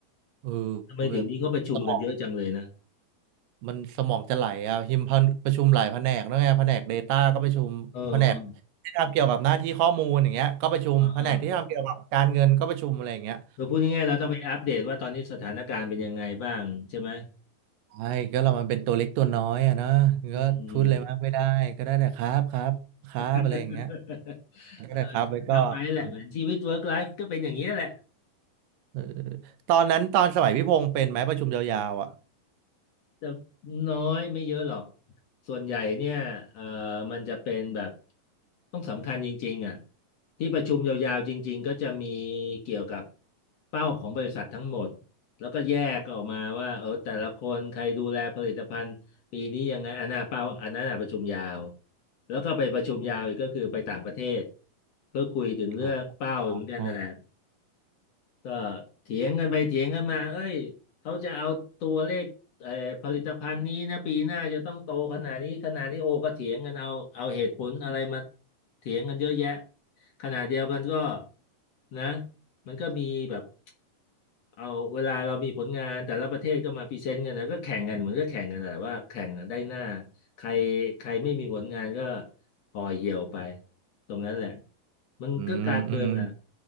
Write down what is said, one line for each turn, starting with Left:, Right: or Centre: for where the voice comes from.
Right: เออ
Left: ทำไมเดี๋ยวนี้ก็ประชุมกันเยอะจังเลยนะ
Right: แบบสมองมันสมองจะไหลอ่ะหิมพันประชุมหลายแผนกนะไงแผนก Data ก็ประชุมแผนกที่ทำเกี่ยวกับหน้าที่ข้อมูลอย่างเงี้ยก็ประชุมแผนกที่ทำเกี่ยวกับการเงินก็ประชุมอะไรอย่างเงี้ย
Left: เออเออเออเออเราพูดง่ายๆเราต้องไปอัปเดตว่าตอนนี้สถานการณ์เป็นยังไงบ้างใช่ไหม
Right: ใช่ก็เรามันเป็นตัวเล็กตัวน้อยอะเนาะก็พูดเลยมากไม่ได้ก็ได้แต่ครับครับครับอะไรอย่างเงี้ย
Left: อืม <laughs>
Right: ก็ได้ครับไว้ก่อน
Left: เออทำไปแหละเหมือนชีวิต work life ก็เป็นอย่างนี้ยแหละ
Right: เออตอนนั้นตอนสมัยพี่พงษ์เป็นไหมประชุมยาวๆอ่ะ
Left: จะน้อยไม่เยอะหรอก ส่วนใหญ่เนี่ยเอ่อมันจะเป็นแบบต้องสำคัญจริงๆอ่ะที่ประชุมยาวๆจริงๆก็จะมีเกี่ยวกับเป้าของบริษัททั้งหมดแล้วก็แยกออกมาว่าเออแต่ละคนใครดูแลผลิตภัณฑ์ปีนี้ยังไงอันน่ะเป้าอันนั้นน่ะประชุมยาวแล้วก็ไปประชุมยาวอีกก็คือไปต่างประเทศเพื่อคุยถึงเรื่องเป้าเหมือนกันนั่นแหละ
Right: อ๋อ
Left: ก็เถียงกันไปเถียงกันมาเอ้ยเขาจะเอาตัวเลขเอ่อผลิตภัณฑ์นี้นะปีหน้าจะต้องโตขนาดนี้ขนาดนี้โอ้ก็เถียงกันเอาเอาเหตุผลอะไรมาเถียงกันเยอะแยะขณะเดียวกันก็นะมันก็มีแบบเอาเวลาเรามีผลงานแต่ละประเทศก็มาพรีเซนต์กันนะก็แข่งกันเหมือนก็แข่งกันแหละว่าแข่งกันได้หน้าใครใครไม่มีผลงานก็ห่อเหี่ยวไปตรงนั้นแหละมันก็การเมืองอ่ะ
Right: อืมอืม